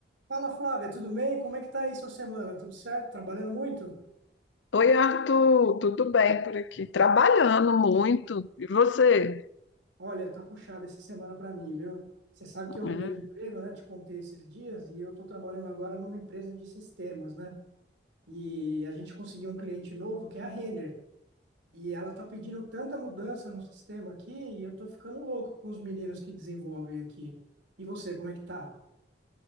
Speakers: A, on the right (about 85°); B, on the left (about 80°).
A: Fala Flávia, tudo bem? Como é que tá aí sua semana? Tudo certo? Trabalhando muito?
B: Oi, Arthur, tudo bem por aqui? Trabalhando muito. E você?
A: Olha, tá puxada essa semana para mim, viu? Você sabe que eu mudei
B: É,
A: de emprego, né? Te contei esses dias e eu tô trabalhando agora numa empresa de sistemas, né? E a gente conseguiu um cliente novo que é a Renner. E ela tá pedindo tanta mudança no sistema aqui e eu tô ficando louco com os meninos que desenvolvem aqui. E você, como é que tá?